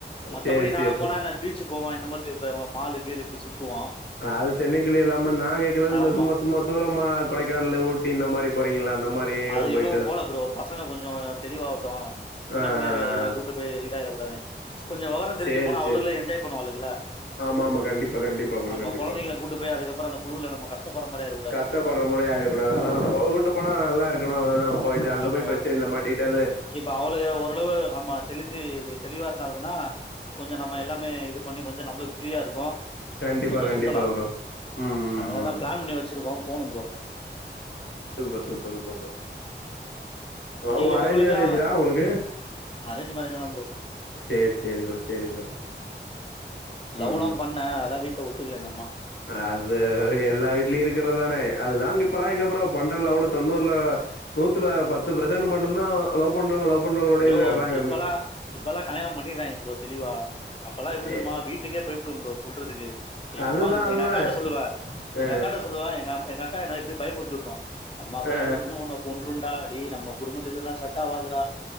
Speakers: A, on the left (about 30°); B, on the left (about 70°).
A: மத்தபடி
B: சரி,
A: நாங்க
B: சரி, சரி.
A: போனா என்ன பீச்சுக்கு போவோ இந்த மாதிரி இப்ப ம மாலு கீழு இப்பி சுத்துவோ
B: அ அது சென்னைக்குள்ளே இல்லாம நாங்க கேக்குறது இந்த
A: ஆமா
B: சும்மா தும்மா தூரமா கொடைக்கானலு ஊட்டி இந்த மாரி போறிங்கள அந்த மாரி எதுவும்
A: அது
B: போயிட்டு
A: இன்னு
B: ஆ,
A: போல ப்ரோ பசங்க கொஞ்சோ தெளிவாட்டு சின்ன
B: ஆ, ஆ.
A: புள்ளையாருகரல்லா கூட்டு போய் இதாயிடக் கூடாது கொஞ்சோ வெவரோ தெரிஞ்சி
B: சரி,
A: போனா அவளுகளு
B: சரி.
A: என்ஜாய் பண்ணுவாலுகல்ல
B: ஆமாமா. கண்டிப்பா, கண்டிப்பா ப்ரோ.
A: நம்ம
B: கண்டிப்பா.
A: கொழந்தைங்கள கூட்டு போய் அதுக்கப்புறோ அந்த குளுருல நம்ம கஷ்டப்படற மாரி ஆயிரு
B: கஷ்டப்பற மாரி ஆயிரக் கூடாது அத நா போவுட்டு போனா நல்லா இருக் க்குனு அவ்ளோதா போய்ட்டு அங்க
A: ஆமா
B: போய் பிரச்சனைல மாட்டிகிட்டாது
A: இப்ப அவளுக ஓரளவு அம்மா தெளிஞ்சி தெளிவா இருந்தாலுங்கன்னா கொஞ்ச நம்ம எல்லாமே இது பண்ணி கொஞ்ச நம்மளுக்கு ஃப்ரீயா இருக்கு
B: கண்டிப்பா,
A: கொஞ்ச
B: கண்டிப்பா
A: சுத்தலா
B: ப்ரோ. ம், ம்,
A: அதனாலதா
B: ம்.
A: பிளான் பண்ணி வச்சிருக்கோ போனு ப்ரோ
B: சூப்பர் சூப்பர் பாப்போ ப்ரோ
A: நீங்க
B: அரேஞ்
A: உங்களுக்கெல்லா
B: மேரேஜ்டா உங்களுக்கு
A: அரேஞ்ச் மேரேஜ் தா ப்ரோ
B: சேரி சேரி ப்ரோ சேரி ப்ரோ
A: லவ்ல்லா
B: ம்
A: பண்ண அதல்லா வீட்ல ஒத்துக்கல எங்க அம்மா
B: ஆ அது எல்லா வீட்லியு இருக்கறதானே அதுல்லாங் இப்பல்லா எங்க ப்ரோ பண்ற லவ்ல தொண்ணூறுல நூத்துல பத்து பெர்சன்ட் மட்டுதா லவ் பண்ணாங் லவ் பண்றவங்களோடயே
A: ப்ரோ
B: சேர்றாங்க
A: இப்பெல்லா இப்பல்லா கல்யாணோ பண்ணிறாய்ங் ப்ரோ தெளிவா அப்பெல்லா எப்டி தெரியுமா
B: எ
A: வீட்டுக்கே போய் ட்டு ப்ரோ சொல்றதுக்கு எங்க
B: அதுதா
A: அம்மாக்த்
B: அதுதா
A: அக்காட்ட சொல்லுவ
B: அ
A: எங்க அக்காட்ட சொல்லுவ எங்க அப் எங்க அக்கா என்ன இப்பி பயமுறுத்திவிட்ரு அம்மாக்குல்லா
B: அ
A: தெரிஞ்சினா உன்ன கொன்ருண்டா டே நம்ம குடும்பத்துக்குல்லா இதுல்லா செட் ஆவதுடா